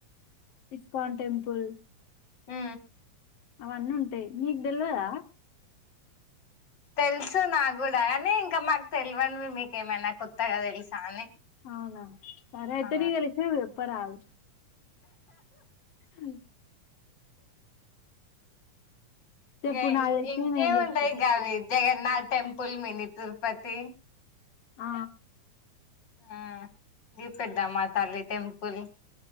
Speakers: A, on the left (about 60°); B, on the left (about 35°).
A: ఇస్కాన్ టెం ప్పుల్
B: మ్
A: అవన్నీ ఉంటాయి నీకు తెల్వదా
B: తెలుసు నా కూడా కానీ ఇంకా మాకు తెలివనివి మీకేమైనా కొత్తగా తెలుసా అని
A: అవునా సరే అయితే
B: ఆ
A: నగలక్ష పరల్ అ చెప్పు
B: ఇ
A: నాకు తెలిసినవి
B: ఇంకేమి
A: నేను చెప్తా
B: ఉంటాయి గావి జగన్నాథ టెంపుల్ మిని తిరుపతి
A: ఆ
B: ఆ ఇ పెద్దామా తల్లి టెంపుల్